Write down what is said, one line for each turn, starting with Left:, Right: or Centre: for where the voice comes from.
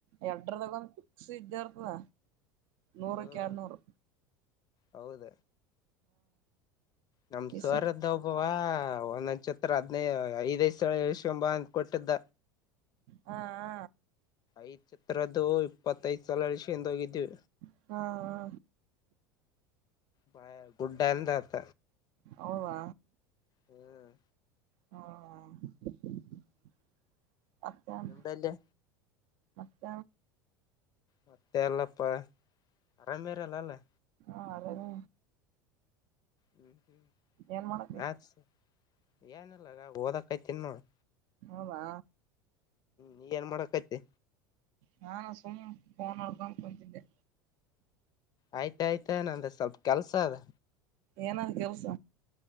Right: ಎರಡ್ರದಾಗ ಒಂದು ಫಿಕ್ಸ್ ಇದ್ದೇ ಇರ್ತದ ನೂರಕ್ಕೆ
Left: ಹ್ಮ್
Right: ಹೆರಡುನೂರ್
Left: ಹೌದ ನಮ್
Right: ಇಸ
Left: ಸರ್ದು ಒಬ್ಬವ ಒಂದ್ <unintelligible> ಚಿತ್ರ ಹದಿನೈದು ಐದು ಐದು ಸಲ ಎಳ್ಸ್ಕೊಂಬ ಕೊಟ್ಟಿದ್ದ.
Right: ಹಾ ಹ
Left: ಐದು ಚಿತ್ರದದು ಇಪ್ಪತ್ತೈದು ಸಾಲ್ ಹೇಳುಸ್ಕೊಂಡು ಹೋಗಿದ್ವಿ.
Right: ಇಷ್ಟ ಹಾ ಹಾ ಹ
Left: ಬಾಯ <unintelligible> ಗುಡ್ ಅಂದ ಆತ
Right: ಹವಾವ
Left: ಹ್ಮ್
Right: ಹಾ <unintelligible> ಮತ್ತೇನ್.
Left: ನಿಂಬಲ್ಲಿ
Right: ಮತ್ತ
Left: ಮತ್ತೆ ಎಲ್ಲಪ್ಪ ಅರಾಮ್ಯರಲ್ಲ ಎಲ್ಲಾ.
Right: ಹಾ <unintelligible> ಅದದೇ
Left: ಹ್ಮ್ ಹ್ಮ್
Right: ಏನ್ ಮಾಡಕ್ಕೆ
Left: ಮ್ಯಾಥ್ಸ್ ಏನಿಲ್ಲ ಓದಕ್ಯ್ತಿನ್ ನೋಡು
Right: ಹಬಾ
Left: ನೀ ಏನ್ ಮಾಡಕೈತಿ
Right: ನಾನಾ ಸುಮ್ನಾ ನೋಕನ್ ಕೊಯಿದ್ದಿದ್ದೆ
Left: ಆಯ್ತಾಯ್ತಾ ನಂದ ಸ್ವಲ್ಪ ಕೆಲ್ಸ ಇದೆ
Right: ಏನ ದಿವ್ಸ